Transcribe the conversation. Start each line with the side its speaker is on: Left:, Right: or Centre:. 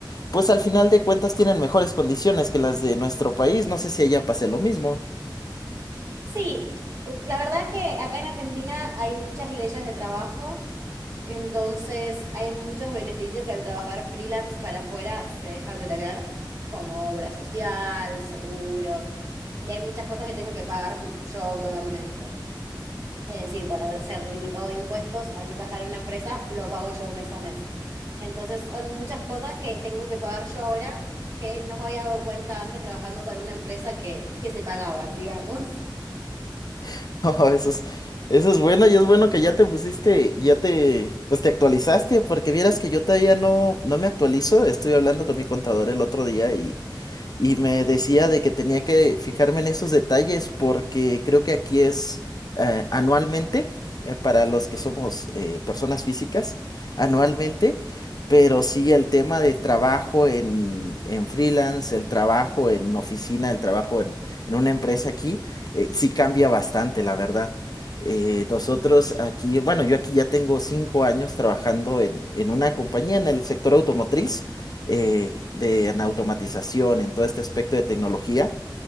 Left: pues al final de cuentas tienen mejores condiciones que las de nuestro país. No sé si allá pase lo mismo.
Right: Sí, la verdad es que acá en Argentina hay muchas leyes de trabajo, entonces hay muchos beneficios que al trabajar freelance para afuera se dejan de tener, como obra social, seguros, y hay muchas cosas que tengo que pagar yo autónomamente. Es decir, para hacer el pago de impuestos, al no trabajar en una empresa, lo pago yo mes a mes. Entonces son muchas cosas que tengo que pagar yo ahora, que no me había dado cuenta antes trabajando para una empresa que, que se pagaban, digamos.
Left: <laughs> Oh, eso es, eso es bueno y es bueno que ya te pusiste, ya te, pues te actualizaste, porque vieras que yo todavía no, no me actualizo. Estuve hablando con mi contador el otro día y y me decía de que tenía que fijarme en esos detalles porque creo que aquí es eh, anualmente, eh, para los que somos eh, personas físicas, anualmente, pero sí el tema de trabajo en, en freelance, el trabajo en oficina, el trabajo en, en una empresa aquí, eh, sí cambia bastante, la verdad. Eh, nosotros aquí, bueno, yo aquí ya tengo cinco años trabajando en, en una compañía en el sector automotriz eh, de en automatización, en todo este aspecto de tecnología.